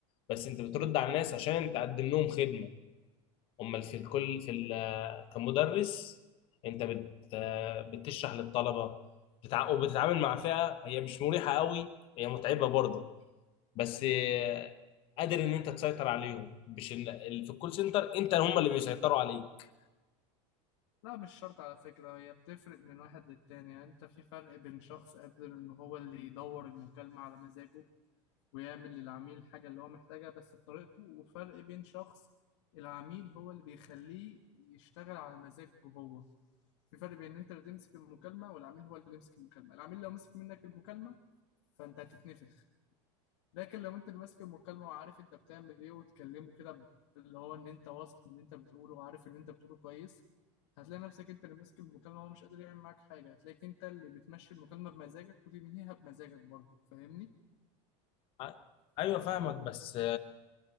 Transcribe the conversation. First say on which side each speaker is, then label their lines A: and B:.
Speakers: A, on the left (about 35°); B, on the left (about 60°).
A: بس انت بترد على الناس عشان تقدم لهم خدمه امال في الكل في ال- كمدرس انت بت بتشرح للطلبه بتع... وبتتعامل مع فئه هي مش مريحه قوي هي متعبه برضو بس آه، قادر ان انت تسيطر عليهم مش ال- ال- في الكول سنتر انت هم اللي بيسيطروا عليك
B: لا مش شرط على فكرة هي بتفرق من واحد للتاني يعني انت في فرق بين شخص قادر ان هو اللي يدور المكالمة على مزاجه ويعمل للعميل الحاجة اللي هو محتاجها بس بطريقته وفرق بين شخص العميل هو اللي بيخليه يشتغل على مزاجه هو في فرق بين ان انت اللي تمسك المكالمة والعميل هو اللي يمسك المكالمة العميل لو مسك منك المكالمة فانت هتتنفخ لكن لو انت اللي ماسك المكالمه وعارف انت بتعمل ايه وتكلمه كده ب- اللي هو ان انت واثق من اللي انت بتقوله وعارف اللي انت بتقوله كويس هتلاقي نفسك انت اللي ماسك المكالمه وهو مش قادر يعمل معاك حاجه هتلاقيك انت اللي بتمشي المكالمه بمزاجك وتنهيها بمزاجك برضه فاهمني
A: ع- ايوه فاهمك بس